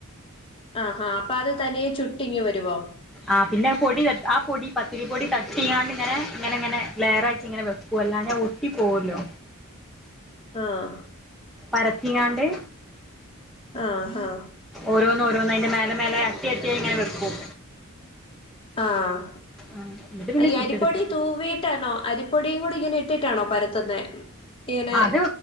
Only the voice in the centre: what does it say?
ആഹ് പിന്നെ പൊടി തട്ട് ആ പൊടി പത്തിരി പൊടി തട്ടിയാണ്ട് ഇങ്ങനെ ഇങ്ങനെ ഇങ്ങനെ ലെയറായിട്ടിങ്ങനെ വെക്ക് വല്ലാന ഒട്ടി പോവല്ലോ
പരത്തിങ്ങാണ്ട്
ഓരോന്നോരോന്ന് അയ്ന്റെ മേലെ മേലെ അട്ടി അട്ടിയായി ഇങ്ങനെ വെക്കും.
ആഹ് എന്നിട്ട് പിന്നെ
ചുട്ടെടുക്കും
അത്